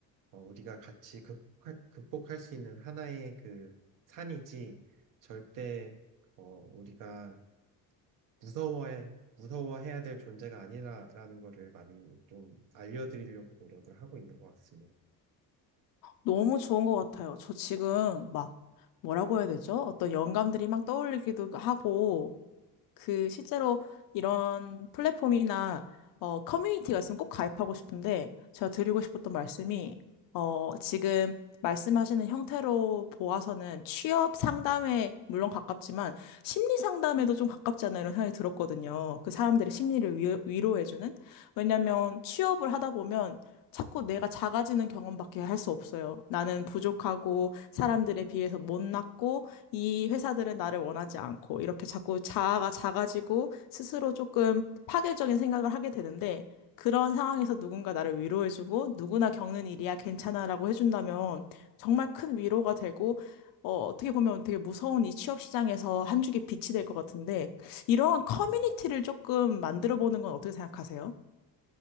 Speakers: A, on the right (about 55°); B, on the left (about 60°).
A: 어, 우리가 같이 극, 극복할 수 있는 하나의 그 산이지 절대 어, 우리가 무서워해 무서워해야 될 존재가 아니라라는 거를 많이 좀 알려드리려고 노력을 하고 있는 것 같습니다.
B: 너무 좋은 것 같아요. 저 지금 막 뭐라고 해야 되죠? 어떤 영감들이 막 떠올리기도 하고 그 실제로 이런 플랫폼이나 어, 커뮤니티가 있으면 꼭 가입하고 싶은데 제가 드리고 싶었던 말씀이 어, 지금 말씀하시는 형태로 보아서는 취업 상담에 물론 가깝지만 심리 상담에도 좀 가깝지 않나 이런 생각이 들었거든요. 그 사람들의 심리를 위, 위로해주는. 왜냐면 취업을 하다 보면 자꾸 내가 작아지는 경험밖에 할 수 없어요. 나는 부족하고 사람들에 비해서 못났고 이 회사들은 나를 원하지 않고 이렇게 자꾸 자아가 작아지고 스스로 조금 파괴적인 생각을 하게 되는데 그런 상황에서 누군가 나를 위로해주고 누구나 겪는 일이야 괜찮아라고 해준다면 정말 큰 위로가 되고 어, 어떻게 보면 되게 무서운 이 취업 시장에서 한 줄기 빛이 될 것 같은데 이러한 커뮤니티를 조금 만들어 보는 건 어떻게 생각하세요?